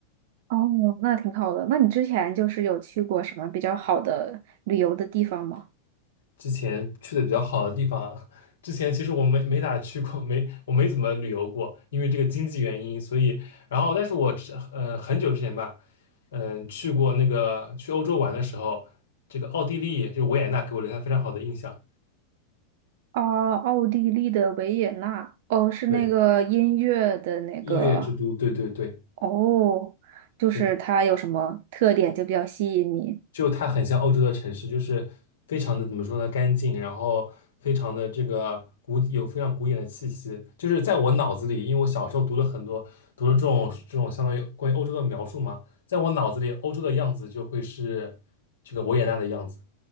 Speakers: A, on the right; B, on the left.
A: 哦，那挺好的。那你之前就是有去过什么比较好的旅游的地方吗？
B: 之前去的比较好的地方啊之前其实我没没咋去过，没我没怎么旅游过，因为这个经济原因，所以然后但是我之呃很久之前吧，嗯、去过那个去欧洲玩的时候，这个奥地利就维也纳给我留下非常好的印象，
A: 啊，奥地利的维也纳，哦，是那个音乐的那个，
B: 对，音乐之都，对对对。
A: 哦，就是它有什么特点就比较吸引你？
B: 对就它很像欧洲的城市，就是非常的怎么说呢，干净，然后非常的这个古，有非常古典的气息。就是在我脑子里，因为我小时候读了很多，读了这种这种相当于关于欧洲的描述嘛，在我脑子里，欧洲的样子就会是这个维也纳的样子，